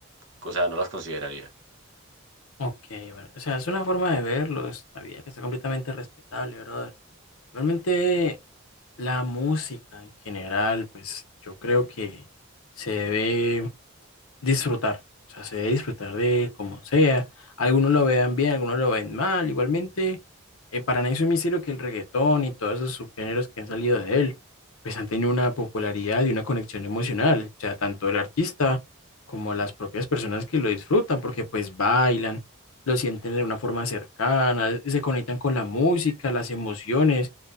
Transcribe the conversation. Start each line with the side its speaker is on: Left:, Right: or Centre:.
Right: o sea, no las consideraría.
Left: Ok, bueno, o sea, es una forma de verlo, está bien, está completamente respetable, brother. Igualmente, la música en general, pues yo creo que se debe disfrutar. O sea, se debe disfrutar de como sea. Algunos lo vean bien, algunos lo ven mal. Igualmente, eh, para nadie es un misterio que el reggaetón y todos esos subgéneros que han salido de él, pues han tenido una popularidad y una conexión emocional. O sea, tanto el artista como las propias personas que lo disfrutan, porque pues bailan, lo sienten de una forma cercana, eh, se conectan con la música, las emociones.